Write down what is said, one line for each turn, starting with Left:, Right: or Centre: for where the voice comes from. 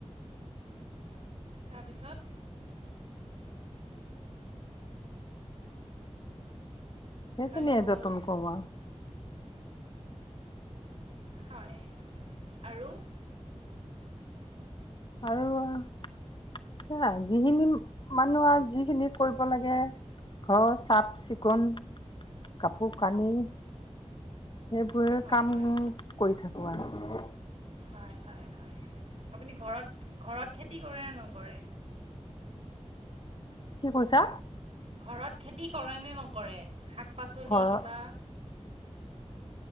Right: তাৰপিছত
Left: সেইখিনিয়ে
Right: হেল্ল'।
Left: যতন কৰো আৰু।
Right: হয় আৰু।
Left: আৰু হেই আৰু গৃহিনী মানুহ আৰু যিখিনি কৰিব লাগে ঘৰ চাফ চিকুণ কাপোৰ কানি, সেইবোৰে
Right: হয়
Left: কাম
Right: হয়।
Left: কৰি থাকো আৰু।
Right: আঁহ ', আপুনি ঘৰত - ঘৰত খেতি কৰে নে নকৰে?
Left: কি কৈছা।
Right: ঘৰত খেতি কৰে নে নকৰে? শাক পাচলি
Left: ঘৰৰ
Right: কিবা।